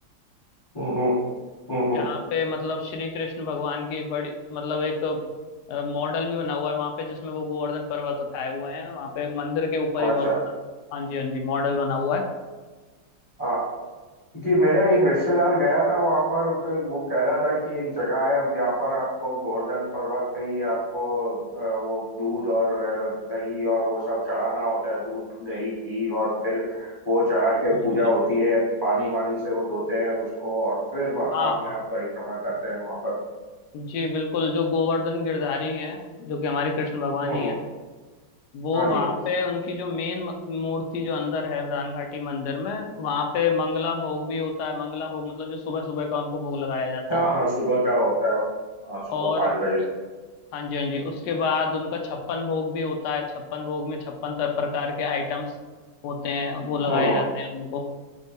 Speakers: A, on the left (about 20°); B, on the left (about 75°).
A: हम्म हम्म, हम्म,
B: जहाँ पे मतलब श्री कृष्ण भगवान की एक बड़ी मतलब एक अ, मॉडल भी बना हुआ है वहाँ पे जिसमें वो गोवर्धन पर्वत उठाए हुए हैं वहाँ पे मंदिर के ऊपर
A: अच्छा
B: ही बहुत बड़ा सा, हाँ जी हाँ जी मॉडल बना हुआ है
A: हाँ कि मेरा एक रिश्तेदार गया था वहां पर कोई वो कह रहा था कि एक जगह है जहाँ पर आपको गोवर्धन पर्वत पे ही आपको अ, वो दूध और अ, दही और वो सब चढ़ाना होता है दूध दही घी और फिर वो चढ़ा के
B: हाँ जी
A: पूजा
B: हाँ
A: होती
B: जी।
A: है पानी वानी से वो धोते हैं उसको और फिर बा,
B: हाँ
A: बाद में
B: हाँ।
A: आप परिक्रमा करते हैं वहां पर
B: जी बिल्कुल जो गोवर्धन गिरधारी हैं जो कि हमारे कृष्ण भगवान
A: हम्म
B: ही
A: हम्म
B: हैं वो
A: हाँ
B: वहां
A: जी
B: पे उनकी जो मेन मूर्ति जो अंदर है रान घाटी मंदिर में वहां पे मंगला भोग भी होता है मंगला भोग मतलब जो सुबह सुबह का उनको भोग लगाया जाता
A: हाँ
B: है
A: हाँ सुबह का होता है वो। हाँ
B: और
A: सुबह पाँच बजे
B: हाँ जी हाँ जी उसके बाद उनका छप्पन भोग भी होता है छप्पन भोग में छप्पन तर- प्रकार के आइटम्स होते हैं वो लगाए
A: हम्म हम्म
B: जाते हैं उनको